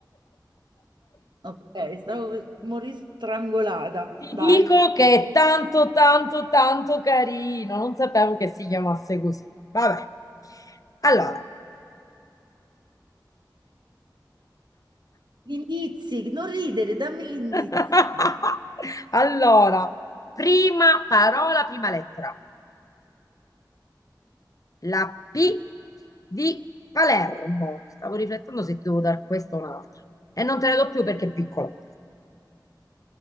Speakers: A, on the right; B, on the left.
A: ok, stavo... morì strangolata.
B: Ti
A: Dai.
B: dico che è tanto, tanto, tanto carino. Non sapevo che si chiamasse così. Vabbè. Allora.
A: Gli indizi, non ridere, dammi gli
B: <laughs>
A: indizi.
B: Allora, prima parola, prima lettera. La P
A: Eh,
B: di Palermo. Stavo riflettendo se ti devo dare questa o un'altra. E non te ne do più perché è piccola.